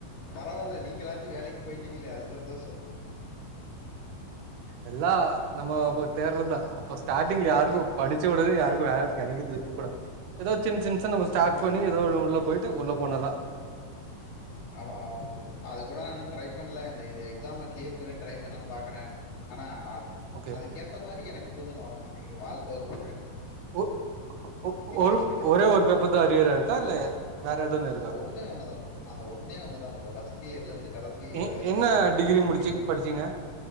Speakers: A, on the left (about 60°); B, on the right (about 90°).
A: பரவால்ல நீங்களாச்சு வேலைக்கி போயிட்டீங்ளே அது சந்தோஷோ
B: எல்லா நம்போ
A: ஐயோ
B: அப்ப
A: ஐயோ
B: தேர்ரதா அப்ப ஸ்டாட்டிங்ல யார் <unintelligible> படிச்சவொடனே யாருக்கு வேல கெடைக்குது இப்ப குட எதோ சின் சின் ச நம்ம ஸ்டார்ட்
A: ஆமா
B: பண்ணி
A: ப்ரோ
B: எதோதோ உள்ள போய் டு உள்ள போனாதா
A: ஆமா ஆமா ப்ரோ அது கூட நா இன்னு ட்ரை பண்ல இந்த எக்ஸாம் வச் க்ளீர் பண்ணி ட்ரை பண்லானு பாக்கறே ஆனா ஆல்
B: ஓகே
A: அதுக்கேத்த மாரி எனக்கு சூழ்நெல வர மாட்டெங்கிது வாழ்க்க ஒரு பக்
B: ஒ ஒ ஒரு
A: சொல்லுது
B: ஒரே ஒரு பேப்பர் தா அறியறா இருக்கா இல்ல வேற எதன்னு இருக்கா
A: ஒன்னே ஒண்ணுதா ப்ரோ அந்த ஒன்னே ஒண்ணுதா ப்ரோ கஷ்ட தேர்லந்து கடைசி
B: எ
A: வரைக்கு
B: என்ன
A: அதுவொண்ணுதா
B: டிகிரி
A: வச்சுருக்கே
B: முடிச்சு படிச்சீங்க